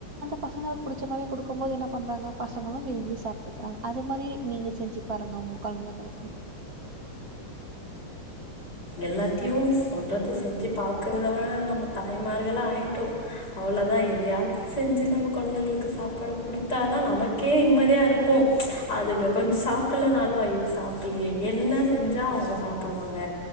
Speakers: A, on the right; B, on the left.
A: பசங்க புடிச்ச மாதிரி குடுக்கும்போது என்ன பண்றாங்க பசங்களும் விரும்பி சாப்பிட்டுக்கறாங்க அது மாதிரி நீங்க செஞ்சு பாருங்க உங்க குழந்தைகளுக்கு
B: எல்லா <inaudible> டீயுன்ஸ் சொல்றத செஞ்சு பார்கறதான் நம்ம தாய்மார்களா ஆய்டோம் அவ்வளோதான் எதையாவது செஞ்சு நம்ம குழந்தைங்களுக்கு சாப்பாடு கொடுத்தாதான் நமக்கே நிம்மதியா இருக்கும் அதுங்க கொஞ்சம் சாப்பிடலனாலும் ஐயோ சாப்பலையே என்ன செஞ்சா அவங்க சாப்பிடுவாங்க